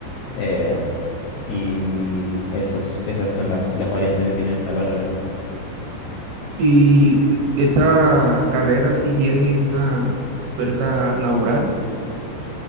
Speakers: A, on the left; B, on the right.
A: Eh, y esos, esas son las, las variantes que tiene la carrera.
B: ¿Y esa carrera sí tiene una oferta laboral?